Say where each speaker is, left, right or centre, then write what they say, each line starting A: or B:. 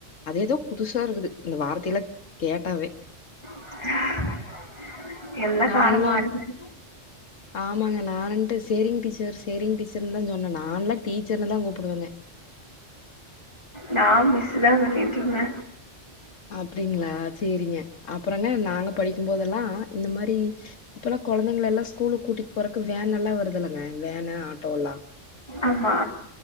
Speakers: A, on the left; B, on the left.
A: அதேதோ புதுசா இருக்குது இந்த வார்த்தைல்லா கேட்டாவே
B: <inaudible> எல்லா
A: நான்லா
B: காலோ மாறிடுச்சி
A: ஆமாங்க நானின்ட்டு சேரிங் டீச்சர் சேரிங் டீச்சர்னு தா சொன்ன நான்லா டீச்சர்னு தா கூப்டுவங்க
B: நா மிஸ் தா சொல்லிட்ருந்த
A: அப்டிங்ளா சேரிங்க அப்றங்க நாங்க படிக்கும்போதெல்லா இந்த மாரி இப்பலா கொழந்தைங்கள எல்லா ஸ்கூலுக்கு கூட்டிட் போறக்கு வேன் எல்லா வருதுளுங்க வேன் ஆட்டோ எல்லா
B: ஆமா